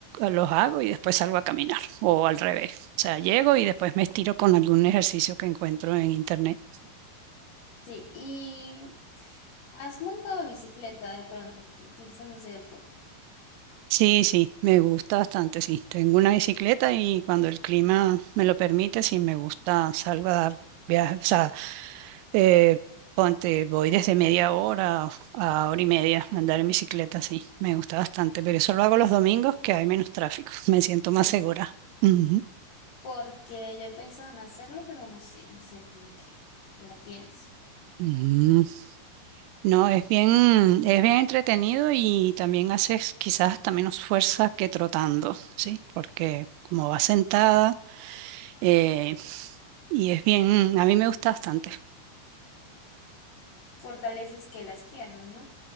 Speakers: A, on the right (about 85°); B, on the left (about 55°).
A: los hago y después salgo a caminar o al revés. O sea, llego y después me estiro con algún ejercicio que encuentro en internet.
B: Sí, y has montado bicicleta de pronto utilizando ese deporte.
A: Sí, sí, me gusta bastante, sí. Tengo una bicicleta y cuando el clima me lo permite, sí me gusta, salgo a dar viajes, o sea, eh, ponte, voy desde media hora a hora y media a andar en bicicleta, sí, me gusta bastante, pero eso lo hago los domingos que hay menos tráfico, <laughs> me siento
B: Sí,
A: más segura.
B: sí,
A: Ujú.
B: porque yo he pensado en hacerlo, pero no sé, no sé, como que la pienso.
A: Mm, No, es bien, es bien entretenido y también haces quizás hasta menos fuerza que trotando, ¿sí? Porque como vas sentada, eh, Y es bien, a mí me gusta bastante.
B: Fortaleces que las piernas, ¿no?